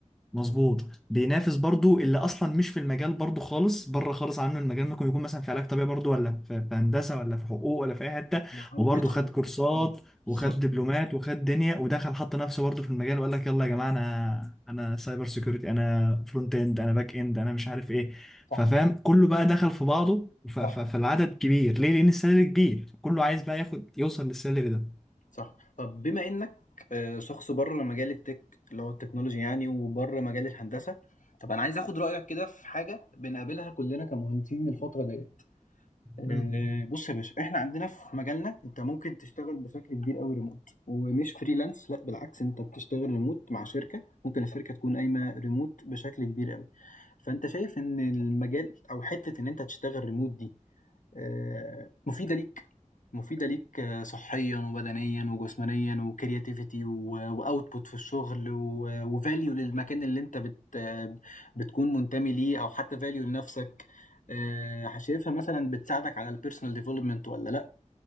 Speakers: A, in the centre; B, on the left.
A: مظبوط بينافس برضو اللي اصلا مش في المجال برضو خالص بره خالص عنه المجال ممكن يكون مثلا في علاج طبيعي برضو ولا في في هندسه ولا في حقوق ولا في اي حته
B: ويحاول
A: وبرضو
B: يدخل
A: خد
B: الكورة.
A: كورسات
B: إمم، بالضبط.
A: وخد دبلومات وخد دنيا ودخل حط نفسه برضو في المجال وقال لك يلا يا جماعه انا انا سايبر سيكيورتي انا فرونت اند انا باك اند انا مش عارف ايه
B: صح،
A: ففاهم كله بقى دخل في بعضه ف-
B: صح.
A: ف- فالعدد كبير ليه لان السلالم كبير كله عايز بقى ياخد يوصل للسلالم ده
B: صح. طب بما إنّك آآ شخص برّه مجال الtech اللي هو التكنولوجيا يعني وبرّه مجال الهندسة، طب أنا عايز آخُد رأيك كده في حاجة بنقابلها كُلّنا كمهندسين الفترة ديّة. آآ
A: مم.
B: بُص يا باشا، إحنا عندنا في مجالنا أنت ممكن تشتغل بشكل كبير أوي remote ومش freelance لأ بالعكس أنت بتشتغل remote مع شركة، ممكن الشركة تكون قايمة remote بشكل كبير أوي. فأنت شايف إن المجال أو حتّة إن أنت تشتغل remote دي آه، مفيدة ليك مفيدة ليك آه، صحيا وبدنيا وجسمانيا وكرياتيفيتي واوتبوت في الشغل وفاليو للمكان اللي انت بت آه، بتكون منتمي ليه او حتى فاليو لنفسك آه، شايفها مثلا بتساعدك على البيرسونال ديفلوبمنت ولا لا